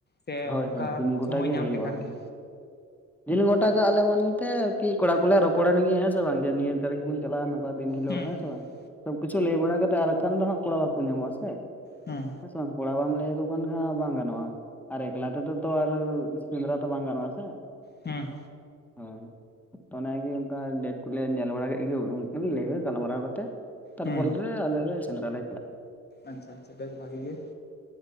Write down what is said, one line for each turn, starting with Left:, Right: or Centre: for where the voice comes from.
Left: ᱥᱮ
Centre: ᱦᱳᱭ
Left: ᱚᱱᱠᱟ
Centre: ᱦᱳᱭ ᱫᱤᱱ ᱜᱚᱴᱟ
Left: ᱥᱚᱢᱚᱭ
Centre: ᱜᱮ
Left: ᱧᱟᱢ
Centre: ᱦᱩᱭᱩᱜᱼᱟ
Left: ᱞᱮᱠᱷᱟᱱ ᱜᱮ
Centre: ᱫᱤᱱ ᱜᱚᱴᱟᱟᱜ ᱟᱞᱮ ᱢᱮᱱᱛᱮ ᱟᱨᱠᱤ ᱠᱚᱲᱟ ᱠᱚᱞᱮ ᱨᱚᱯᱚᱲᱮᱱ ᱜᱮ ᱦᱮᱸᱥ ᱵᱟᱝ ᱡᱮ ᱱᱤᱭᱟᱹ ᱫᱟᱨᱮᱜ ᱜᱮᱵᱚᱱ ᱪᱟᱞᱟᱜᱼᱟ ᱚᱠᱟ ᱫᱤᱱ ᱦᱤᱞᱳᱜ
Left: ᱦᱩᱸ
Centre: ᱦᱮᱸ
Left: ᱦᱩᱸ
Centre: ᱥᱮᱮ ᱵᱟᱝ ᱥᱚᱵ ᱠᱤᱪᱷᱩ ᱞᱟᱹᱭ ᱵᱟᱲᱟ ᱠᱟᱛᱮᱫ ᱟᱨ ᱵᱟᱠᱷᱟᱱ ᱫᱚ ᱦᱜ ᱠᱚᱲᱟ ᱵᱟᱠᱚ ᱧᱟᱢᱚᱜᱼᱟ ᱥᱮ
Left: ᱦᱩᱸ
Centre: ᱦᱮᱸ ᱥᱮ ᱵᱟᱝ ᱠᱚᱲᱟ ᱵᱟᱢ ᱞᱟᱹᱭᱟ ᱟᱠᱚ ᱵᱟᱝ ᱜᱟᱱᱚᱜᱼᱟ ᱟᱨ ᱮᱠᱞᱟ ᱛᱮᱫᱚ ᱛᱚ ᱟᱨ ᱥᱮᱸᱫᱽᱨᱟ ᱛᱚ ᱵᱟᱝ ᱜᱟᱱᱚᱜᱼᱟ ᱥᱮ
Left: ᱦᱮᱸ
Centre: ᱦᱳᱭᱚ ᱚᱱᱟᱜᱮ ᱚᱱᱠᱟ ᱰᱮᱴ ᱠᱚᱞᱮ ᱧᱮᱞ ᱵᱟᱲᱟ ᱠᱮᱫ ᱜᱮ ᱩᱰᱩᱠ ᱞᱮ ᱞᱟᱹᱭ ᱜᱟᱞᱢᱟᱨᱟᱣ ᱠᱟᱛᱮ ᱛᱟᱨᱯᱚᱨᱮ
Left: ᱦᱩᱸ
Centre: ᱟᱞᱮ ᱥᱮᱸᱫᱽᱨᱟ ᱞᱮ ᱪᱟᱞᱟᱜ ᱠᱟᱱᱟ
Left: ᱟᱪᱪᱷᱟ ᱟᱪᱪᱷᱟ ᱵᱮᱥ ᱵᱷᱟᱜᱤ ᱜᱮ